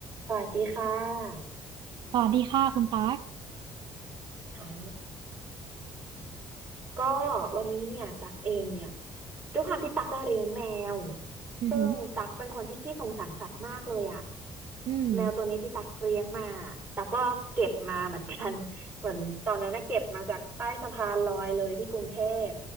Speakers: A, on the right; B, on the right.
A: สวัสดีค่ะ
B: สวัสดีค่ะคุณตั๊ก
A: ค่ะก็วันนี้เนี่ยตักเองเนี่ยด้วยความที่ตักก็เลี้ยงแมว
B: อือหือ
A: ซึ่งตักเป็นคนที่ขี้สงสารสัตว์มากเลยอ่ะ
B: อืม
A: แมวตัวนี้ที่ตักเลี้ยงมาตักก็เก็บมาเหมือนกัน <laughs> เหมือนตอนนั้นนะเก็บมาจากใต้สะพานลอยเลยที่กรุงเทพ